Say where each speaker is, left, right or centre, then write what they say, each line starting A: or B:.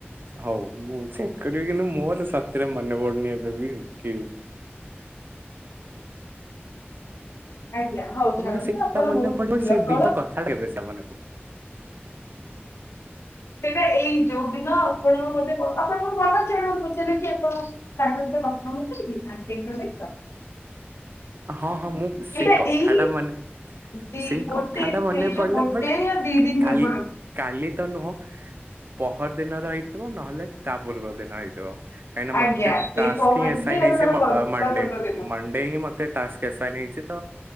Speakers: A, on the right (about 55°); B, on the left (about 90°).
A: ହଉ, ମୁଁ ଚେକ୍ କରିବି କିନ୍ତୁ ମୋର ସତରେ ମନେପଡୁନି ଏବେ ବି କି
B: ଆଜ୍ଞା ହଉ
A: ହଁ
B: ଛାଡ଼ନ୍ତୁ
A: ମାନେ ସେଇ କଥା
B: ଆପଣ
A: ପଡୁ
B: ବହୁତ
A: ପଡୁ
B: ଭଲ
A: ସେଇ
B: କଣ
A: ଦିନ କଥା <unintelligible>
B: ସେଇଟା ଏଇ ଯୋଉ ଦିନ ଆପଣ ମତେ ଆପଣଙ୍କୁ ମନେ ଅଛି ଏଇଟା ମତେ ପଚାରିଲେ କି, ଆପଣ ତାଙ୍କ ସହିତ କଥା ହଉଛନ୍ତି କି ଆଣ୍ଟିଙ୍କ ସହିତ।
A: ହଁ, ହଁ ମୁଁ ସେଇ
B: ଏଇଟା
A: କଥା
B: ଏଇ
A: ଟା ମାନେ
B: ଦି
A: ସେଇ
B: ଗୋଟେ
A: କଥା ଟା ମନେ
B: ସେ ଯୋଉ
A: ପଡିଲା,
B: ଗୋଟେ
A: ବଟ
B: ୟା ଦି ଦିନ
A: କାଲି
B: ପୂର୍ବରୁ
A: କାଲି ତ ନୁହଁ, ପହର ଦିନ ର ହେଇଥିବ ନହେଲେ ତା ପୂର୍ବ ଦିନ ହେଇଥିବ। କାଇଁ ନା
B: ଆଜ୍ଞା
A: ମତେ
B: ସେଇ
A: ଟାସ୍କିଂ
B: ପହରଦିନ
A: ଆସାଇନ
B: ୟା
A: ହେଇଛି
B: ତା ପର
A: ମଣ୍ଡେ
B: ତା ପୂର୍ବ ଦିନ
A: ମ ଣ୍ଡେ ହିଁ, ମତେ ଟାସ୍କ ଆସାଇଁନ ହେଇଚି ତ